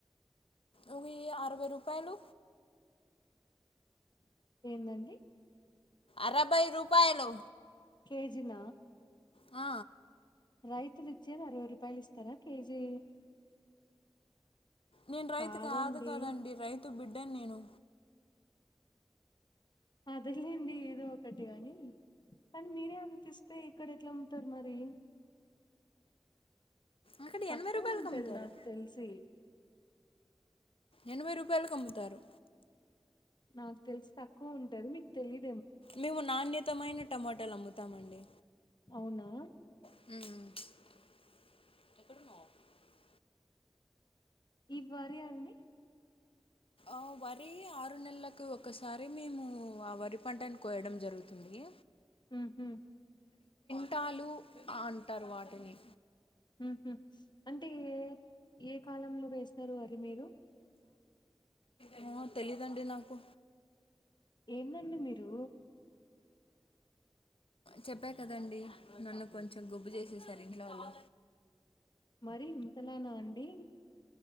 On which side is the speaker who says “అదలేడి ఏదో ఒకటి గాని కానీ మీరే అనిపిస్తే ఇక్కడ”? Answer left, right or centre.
Left